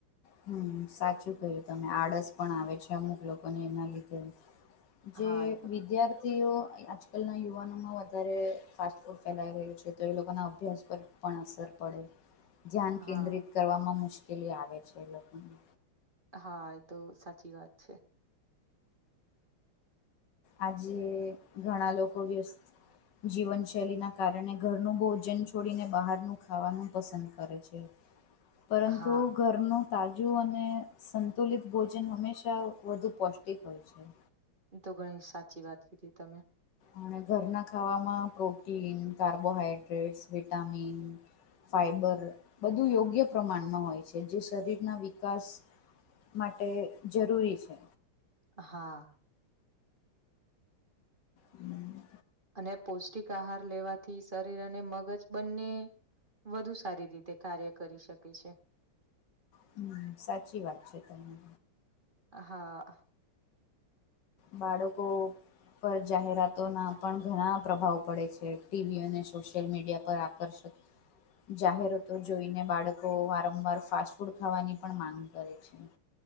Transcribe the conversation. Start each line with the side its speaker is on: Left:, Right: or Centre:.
Left: હમ્મ. સાચું કહ્યું તમે. આળસ પણ આવે છે અમુક લોકોને એના લીધે. જે
Right: હા એ
Left: વિદ્યાર્ થીઓ આજકાલના યુવાનોમાં વધારે ફાસ્ટફૂડ ફેલાઈ રહ્યું છે. તો એ લોકોના અભ્યાસ પર પણ અસર પડે. ધ્યાન
Right: હા
Left: કેન્દ્રિત કરવામાં મુશ્કેલી આવે છે એ લોકોને.
Right: હા, એ તો સાચી વાત છે.
Left: આજે ઘણા લોકો વ્યસ્ત જીવનશૈલીના કારણે ઘરનું ભોજન છોડીને બહારનું ખાવાનું પસંદ કરે છે. પરંતુ
Right: હા
Left: ઘર નું તાજું અને સંતુલિત ભોજન હંમેશા વધુ પૌષ્ટિક હોય છે.
Right: ઈતો ઘણી સાચી વાત કીધી તમે.
Left: અને ઘરના ખાવામાં પ્રોટીન, કાર્બોહાઈડ્રેટ્સ, વિટામિન ફાઈબર બધું યોગ્ય પ્રમાણમાં હોય છે. જે શરીરના વિકાસ માટે જરૂરી છે.
Right: હા.
Left: હમ્મ.
Right: અને પૌષ્ટિક આહાર લેવાથી શરીર અને મગજ બંને વધુ સારી રીતે કાર્ય કરી શકે છે.
Left: હમ સાચી વાત છે તને
Right: હાઅ.
Left: બાળકો પર જાહેરાતો ના પણ ઘણા પ્રભાવ પડે છે ટીવી અને સોશિયલ મીડિયા પર કરર્ષક જાહેરાતો જોઈને બાળકો વારંવાર ફાસ્ટફૂડ ખાવાની પણ માંગ કરે છે.